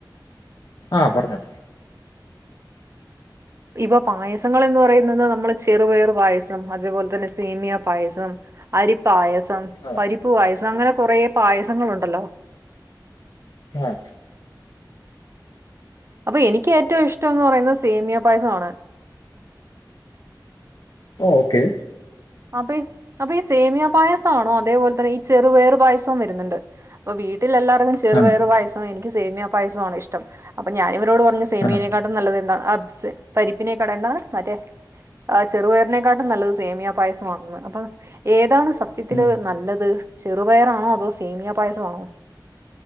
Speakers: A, on the left; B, on the right.
A: ആഹ് പറഞ്ഞോ
B: ഇപ്പ പായസങ്ങള് എന്ന് പറയുന്നത് നമ്മള് ചെറുപയറു പായസം അതേപോലെ തന്നെ സേമിയ പായസം അരിപ്പായസം
A: ആ
B: പരിപ്പ് പായസം അങ്ങനെ കൊറേ പായസങ്ങള് ഉണ്ടല്ലോ
A: ആഹ്
B: അപ്പൊ എനിക്ക് ഏറ്റവും ഇഷ്ടം എന്ന് പറയുന്ന സേമിയ പായസമാണ്
A: ഓക്കെ
B: അപ്പൊ അപ്പൊ ഈ സേമിയ പായസണോ അതേപോലെ തന്നെ ഈ ചെറു പയർ പായസവും വരുന്നുണ്ട് അപ്പൊ വീട്ടിൽ എല്ലാർക്കും ചെറു
A: ആ
B: വേറ പായസവും എനി സേമിയ പായസമാണ് ഇഷ്ടം അപ്പ ഞാന ഇവരോട് പറഞ്ഞു സേമിനെ
A: ആ
B: കാ നല്ല എന്ത പരിപ്പിനക്കാട എന്താണ് മറ്റേ ചെറുപയറിനെക്കാട്ടും നല്ലത് സമിയ പായസമാണന്ന് അപ്പൊ ഏതാണ് സത്യത്തില്
A: ഉം
B: നല്ലത് ചെറുപയറാണോ അതോ സേമിയ പായസംമാണോ